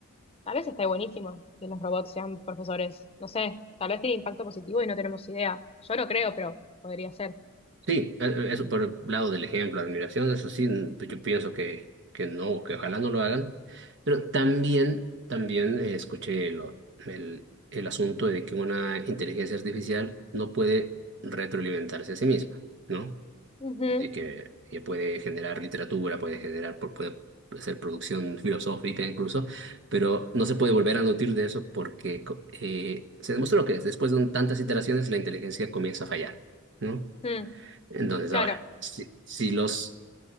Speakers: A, on the left; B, on the right.
A: Tal vez esté buenísimo que los robots sean profesores. No sé, tal vez tiene impacto positivo y no tenemos idea. Yo no creo, pero podría ser.
B: Sí, e- e- eso por el lado del ejemplo, admiración, eso sí, n- pues yo pienso que, que no, que ojalá no lo hagan. Pero también, también eh, escuché lo- el, el asunto de que una inteligencia artificial no puede retroalimentarse a sí misma, ¿no?
A: Ujú,
B: De que, que puede generar literatura, puede generar, pu- puede hacer producción filosófica incluso, pero no se puede volver a nutrir de eso porque co- eh, se demostró que después de un- tantas iteraciones la inteligencia comienza a fallar, ¿no?
A: mm,
B: Entonces,
A: Claro,
B: ahora, si, si los...